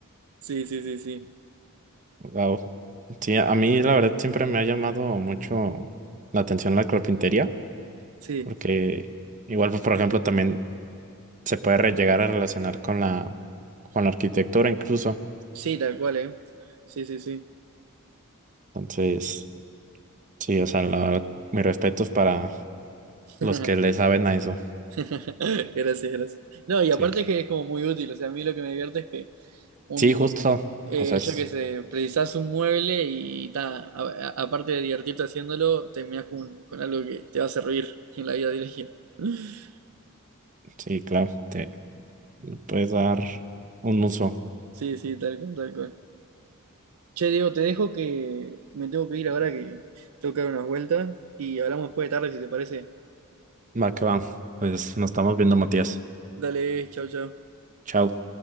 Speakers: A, on the right; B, on the right.
A: Sí, sí, sí, sí.
B: Wow. Sí, a mí la verdad siempre me ha llamado mucho la atención la carpintería,
A: Sí,
B: porque igual, pues, por ejemplo, también se puede re- llegar a relacionar con la, con la arquitectura incluso.
A: sí, tal cual, ¿eh? Sí, sí, sí.
B: Entonces, sí, o sea, la verdad, mis respetos para
A: <laughs>
B: los que le saben a eso.
A: Gracias, gracias. No, y aparte
B: Sí.
A: es que es como muy útil, o sea, a mí lo que me divierte es que... un
B: Sí, justo.
A: Eh,
B: O sea, es
A: yo qué sé, precisás un mueble y ta, a- a- aparte de divertirte haciéndolo, terminás con, con algo que te va a servir en la vida diaria. <laughs>
B: Sí, claro, te le puedes dar un uso.
A: Sí, sí, tal cual, tal cual. Che, Diego, te dejo que me tengo que ir ahora que tengo que dar unas vueltas y hablamos después de tarde si te parece.
B: Va que va. Pues nos estamos viendo, Matías.
A: Dale, chau, chau.
B: Chao.